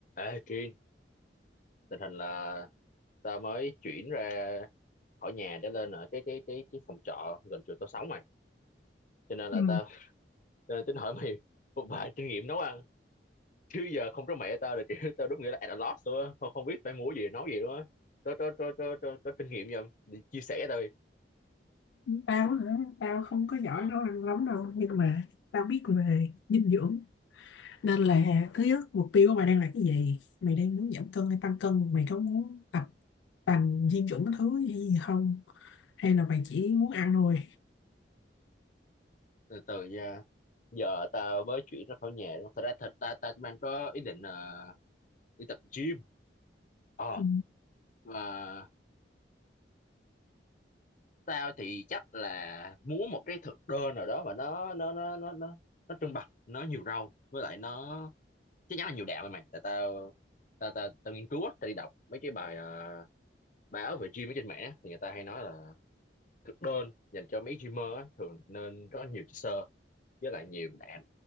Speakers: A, on the left; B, on the left.
A: Ê Trinh, tình hình là ta mới chuyển ra khỏi nhà để lên ở cái cái cái cái phòng trọ gần chỗ tao sống mày. Cho nên
B: Ừ.
A: là tao cho nên tính hỏi mày một vài kinh nghiệm nấu ăn. Chứ giờ không có mẹ tao là kiểu tao đúng nghĩa là at a loss luôn á, không không biết phải mua gì nấu gì luôn á. Có có có có có, có kinh nghiệm gì không? Đi chia sẻ thôi.
B: Tao hả? Tao không có giỏi
A: Ờ,
B: nấu ăn lắm đâu nhưng mà tao biết về dinh dưỡng nên là thứ nhất mục tiêu của mày đang là cái gì mày đang muốn giảm cân hay tăng cân mày có muốn tập tành dinh dưỡng cái thứ gì không hay là mày chỉ muốn ăn thôi
A: từ từ nha. Giờ tao mới chuyển ra khỏi nhà đó. Thật ra thật ta ta mang có ý định là đi tập gym. Ờ,
B: ừ.
A: mà tao thì chắc là muốn một cái thực đơn nào đó mà nó nó nó nó nó nó trung bạch nó nhiều rau với lại nó chắc chắn là nhiều đạm mày mày tại tao tao tao, tao nghiên cứu á, tao đi đọc mấy cái bài ờ, báo về gym ở trên mạng á, thì người ta hay nói là thực đơn dành cho mấy gymer á, thường nên có nhiều chất xơ với lại nhiều đạm